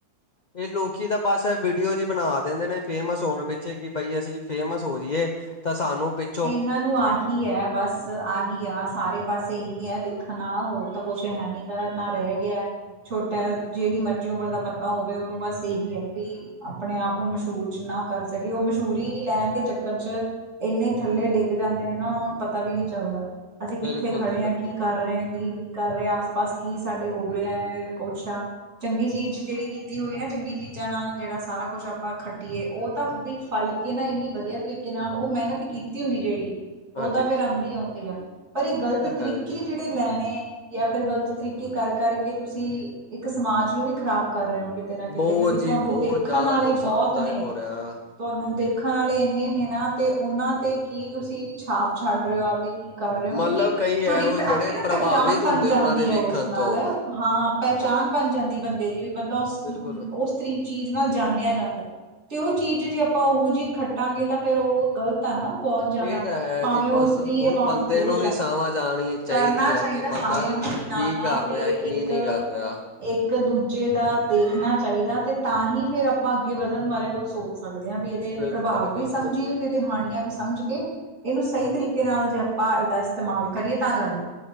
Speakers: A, on the left; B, on the right.
A: ਇਹ ਲੋਕੀ ਦਾ ਬਸ ਇਹ ਵੀਡੀਓ ਜਹੀ ਬਣਾ ਦਿੰਦੇ ਨੇ ਫੇਮਸ ਹੋਣ ਪਿੱਛੇ ਕਿ ਬਾਈ ਅਸੀਂ ਫੇਮਸ ਹੋ ਜਈਏ, ਤਾਂ ਸਾਨੂੰ ਪਿੱ
B: ਇਹਨਾਂ ਨੂੰ ਆਹੀ ਹੈ ਬਸ। ਆਹੀ ਆ ਸਾਰੇ ਪਾਸੇ ਇਹੀ ਹੈ ਦੇਖਣ ਵਾਲਾ, ਹੋਰ ਤਾਂ ਕੁਛ ਹੈ ਨੀ ਗਾ, ਨਾ ਰਹਿ ਗਿਆ। ਛੋਟਾ
A: ਹਾਂਜੀ
B: ਜਿਹੜੀ ਮਰਜੀ ਉਮਰ ਦਾ ਬੰਦਾ ਹੋਵੇ, ਉਹਨੂੰ ਬਸ ਇਹੀ ਹੈ ਵੀ ਆਪਣੇ ਆਪ ਨੂੰ ਮਸ਼ਹੂਰ ਜਿੰਨਾ ਕਰ ਸਕੇ, ਉਹ ਮਸ਼ਹੂਰੀ ਲੈਣ ਦੇ ਚੱਕਰ ਚ ਇੰਨੇ ਥੱਲੇ ਡਿੱਗ ਜਾਂਦੇ ਨੇ ਨਾ ਉਹਨਾਂ ਨੂੰ ਪਤਾ ਵੀ ਨਹੀਂ ਚੱਲਦਾ, ਅਸੀਂ ਕਿੱਥੇ
A: ਬਿਲਕੁਲ
B: ਖੜੇ
A: ਜੀ ਬਿਲਕੁਲ
B: ਹਾਂ ਕੀ ਕਰ ਰਹੇ ਹਾਂ ਕੀ ਨਹੀਂ? ਕਰ ਰਿਹੈ ਆਸ ਪਾਸ ਕੀ ਸਾਡੇ ਹੋ ਰਿਹੈ? ਕੁਛ ਆ ਚੰਗੀ ਚੀਜ਼ ਜਿਹੜੀ ਕੀਤੀ ਹੋਈ ਨਾ, ਚੰਗੀ ਚੀਜ਼ਾਂ ਨਾਲ ਜਿਹੜਾ ਸਾਰਾ ਕੁੱਛ ਆਪਾਂ ਖੱਟੀਏ, ਉਹ ਤਾਂ ਵੀ ਫਲ ਕਿ ਨਾ ਇੰਨੀ ਵਧੀਆ ਤਰੀਕੇ ਨਾਲ ਉਹ ਮਿਹਨਤ ਕੀਤੀ। ਦੀ ਜਿਹੜੀ ਉਹ
A: ਹਾਂਜੀ
B: ਤਾਂ ਫੇਰ ਆਉਂਦੀ ਆਉਂਦੀ ਆ, ਪਰ ਇਹ ਗ਼ਲਤ
A: ਤਾਂ
B: ਤਰੀਕੇ
A: ਹੈ ਜੀ
B: ਜਿਹੜੇ ਲੈਣੇ ਜਾਂ ਫਿਰ ਗ਼ਲਤ ਤਰੀਕੇ ਕਰ ਕਰਕੇ, ਤੁਸੀਂ ਇੱਕ ਸਮਾਜ ਨੂੰ ਵੀ ਖ਼ਰਾਬ ਕਰ ਰਹੇ ਹੋ ਕਿ? ਕਿਤੇ ਨਾ ਕਿਤੇ,
A: ਬਹੁਤ
B: ਕਿਉਂਕਿ ਤੁਹਾਨੂੰ
A: ਜੀ ਬਹੁਤ
B: ਦੇਖਣ
A: ਜ਼ਿਆਦਾ
B: ਆਲੇ
A: ਨੁਕਸਾਨਦਾਇਕ
B: ਬਹੁਤ ਨੇ।
A: ਹੋ ਰਿਹਾ
B: ਤੁਹਾਨੂੰ ਦੇਖਣ ਆਲੇ ਇੰਨੇ ਨੇ ਨਾ ਤੇ ਉਹਨਾਂ ਤੇ ਕੀ ਤੁਸੀਂ ਛਾਪ ਛੱਡ ਰਹੇ ਹੋ? ਆਪਦੇ ਕੀ ਕਰ ਰਹੇ ਹੋ, ਕਿਉਂਕਿ
A: ਮਤਲਬ ਕਈ
B: ਤੁਹਾਡੀ
A: ਇਹੋ ਜਿਹੜੇ
B: ਆਪਣੀ ਨਾ
A: ਪ੍ਰਭਾਵਿਤ
B: ਪਹਿਚਾਣ ਬਣ
A: ਹੁੰਦੇ
B: ਜਾਂਦੀ
A: ਉਹਨਾਂ ਦੇ ਵੇਖਣ
B: ਹੈ ਉਸ ਨਾਲ
A: ਤੋਂ
B: ਹਾਂ, ਪਹਿਚਾਣ ਬਣ ਜਾਂਦੀ ਬੰਦੇ ਦੀ ਵੀ ਬੰਦਾ ਉਸ-ਉਸ
A: ਬਿਲਕੁਲ
B: ਤਰੀ ਚੀਜ਼ ਨਾਲ ਜਾਣਿਆ ਜਾਂਦੈ। ਤੇ ਉਹ ਚੀਜ਼ ਜੇ ਆਪਾਂ ਉਹੋ ਜਿਹੀ ਖੱਟਾਂਗੇ ਤਾਂ ਫੇਰ ਉਹ ਗ਼ਲਤ ਆ ਨਾ? ਬਹੁਤ ਜ਼ਿਆਦਾ
A: ਇਹ ਤਾਂ ਹੈ
B: ਭਾਵੇਂ
A: ਜੀ
B: ਉਹ
A: ਬਸ
B: ਇਸਤਰੀ
A: ਹੁਣ
B: ਹੈ ਭਾਵੇਂ
A: ਬੰਦੇ
B: ਉਹ ਪੁਰਸ਼
A: ਨੂੰ ਵੀ
B: ਆ
A: ਸਮਝ ਆਉਣੀ ਚਾਹੀਦੀ
B: ਕਰਨਾ
A: ਹੈ
B: ਚਾਹੀਦਾ
A: ਕਿ
B: ਸਾਰਿਆਂ
A: ਬੰਦਾ
B: ਨੂੰ ਹੀ। ਨਾਲ-ਨਾਲ
A: ਕੀ ਕਰ
B: ਤੇ
A: ਰਿਹਾ ਕੀ
B: ਇੱਕ
A: ਨਹੀਂ ਕਰ ਰਿਹਾ
B: ਇੱਕ ਦੂਜੇ ਦਾ ਦੇਖਣਾ ਚਾਹੀਦਾ ਤੇ ਤਾਂ ਹੀ ਫੇਰ ਆਪਾਂ ਅੱਗੇ ਵਧਣ ਬਾਰੇ ਕੁੱਝ ਸੋਚ ਸਕਦੇ ਹਾਂ ਵੀ ਇਹਦੇ
A: ਬਿਲਕੁਲ
B: ਪ੍ਰਭਾਵ
A: ਬਿਲਕੁਲ
B: ਵੀ ਸਮਝੀਏ
A: ਜੀ
B: ਤੇ ਇਹਦੇ ਹਾਣੀਆਂ ਵੀ ਸਮ ਸਮਝ ਕੇ, ਇਹਨੂੰ ਸਹੀ ਤਰੀਕੇ ਨਾਲ ਜੇ ਆਪਾਂ ਇਹਦਾ ਇਸਤੇਮਾਲ ਕਰੀਏ ਤਾਂ ਗੱਲ